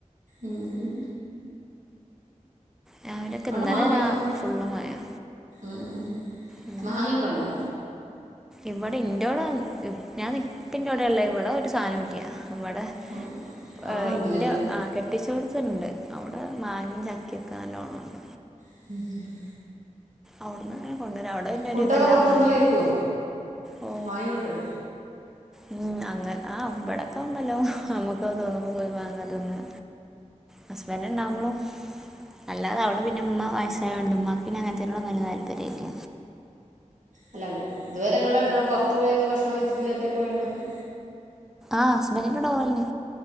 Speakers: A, on the right; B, in the centre.
A: ഉം ഉം ഉം
B: രാവിലെയൊക്കെ
A: അവിടെ
B: ഇന്നലെ
A: മാമ്പേ
B: രാ
A: ഉ ഉം
B: ഫുള്ള് മഴയാ
A: ഉം
B: ഉം
A: മാങ്ങൊക്കെ ണ്ടോ?
B: ഇവിടെ ഇന്റോടെ ഞാൻ നിപ്പിന്റോടെല്ല ഇവിടെ ഒരു സായനോം ഇല്ല ഇവിടെ
A: ഉം, ഉം. അവിടെ
B: ആ
A: ഉണ്ടല്ലോ
B: ഇന്റെ
A: എല്ലാം.
B: ആ കെ കെട്ടിച്ചോടുത്തിണ്ട് അവിടെ മാങ്ങീം ചക്കൊക്കെ നല്ലോണംണ്ട്.
A: <inaudible>
B: അവിടുന്ന് അങ്ങനെ കൊണ്ട് വരാ അവിടെ
A: ഫുഡൊക്കെ
B: ഒരു ഇതെല്ലാം
A: പുറത്തുന്ന്
B: മാങ്ങയുണ്ട്
A: കഴിക്കോ
B: ഓ
A: വാങ്ങിക്കൊണ്ട്ര്.
B: ഉം അങ്ങനെ ആ ബടക്കമ്പല്ലോ നമ്മുക്ക് തോന്നുമ്പോ പോയി വാങ്ങാ തിന്നാ. ഹസ്ബന്റ് ണ്ടാവുമ്പളും അല്ലാതെ അവിടെ പിന്ന ഇമ്മ വയസ്സായോണ്ട് ഉമ്മാക്ക് പിന്നെ അങ്ങനത്തേനൊന്നും വല്യേ താല്പര്യംഇല്ല
A: അല്ല ഇതുവരെ ങ്ങള് രണ്ടാളും പുറത്ത് പോയൊന്നും ഭക്ഷണം കഴിച്ചിട്ടില്ല ഒറ്റൊക്ക്‌ പോയോണ്ടന്നും.
B: ആഹസ്ബന്റിന്റ്റകു ടെ പോവലിണ്ട്.